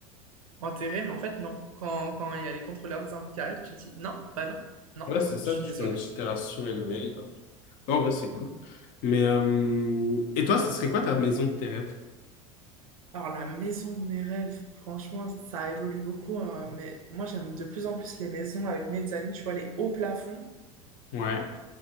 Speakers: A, on the right; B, on the left.
A: enterrée, mais en fait, non. Quand, quand il y a les contrôleurs des impôts qui arrivent, tu dis non, bah non, non,
B: Ouais, c'est ça,
A: je suis
B: tu
A: désolé.
B: fais une petite terrasse surélevée. hop. Non, En vrai, c'est cool. Mais euh, et toi, ce serait quoi ta maison de tes rêves?
A: Alors, la maison de mes rêves, franchement, ça évolue beaucoup, euh, mais moi, j'aime de plus en plus les maisons avec mezzanine, tu vois, les hauts plafonds,
B: Ouais.